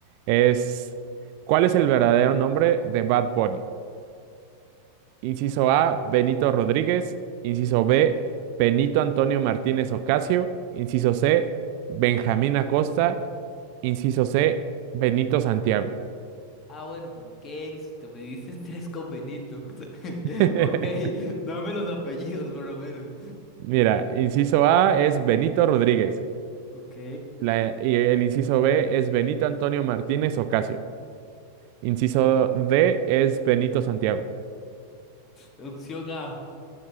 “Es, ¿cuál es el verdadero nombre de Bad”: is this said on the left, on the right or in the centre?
Right